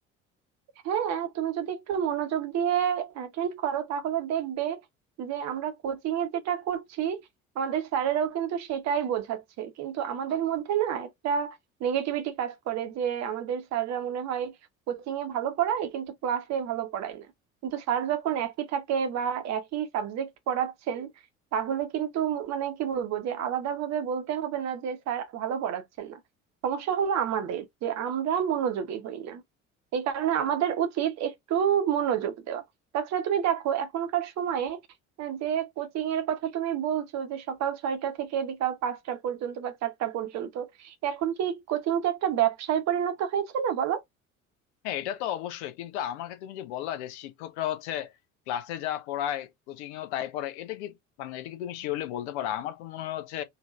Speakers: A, on the right; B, on the left.
A: হ্যাঁ তুমি যদি একটু মনোযোগ দিয়ে অ্যাটেন্ড করো তাহলে দেখবে যে আমরা কোচিং এ যেটা করছি আমাদের স্যারেরাও কিন্তু সেটাই বোঝাচ্ছে কিন্তু আমাদের মধ্যে না একটা নেগেটিভিটি কাজ করে যে আমাদের স্যাররা মনে হয় কোচিং এ ভালো পড়ায় কিন্তু ক্লাসে ভালো পড়ায় না কিন্তু স্যার যখন একই থাকে বা একই সাবজেক্ট পড়াচ্ছেন তাহলে কিন্তু মানে কি বলবো যে আলাদাভাবে বলতে হবে না যে স্যার ভালো পড়াচ্ছেন না সমস্যা হলো আমাদের যে আমরা মনোযোগী হই না এই কারণে আমাদের উচিত একটু মনোযোগ দেওয়া তাছাড়া তুমি দেখো এখনকার সময়ে আহ, যে কোচিং এর কথা তুমি বলছো যে সকাল ছয়টা থেকে বিকাল পাঁচটা পর্যন্ত বা চারটা পর্যন্ত এখন কি কোচিংটা একটা ব্যবসায় পরিণত হয়েছে না বলো
B: হ্যাঁ এটা তো অবশ্যই কিন্তু আমাকে তুমি যে বললা যে শিক্ষকরা হচ্ছে ক্লাসে যা পড়ায় কোচিং এও তাই পড়ায় এটা কি মানে এটা কি তুমি শিওরলি বলতে পারো আমার তো মনে হয় হচ্ছে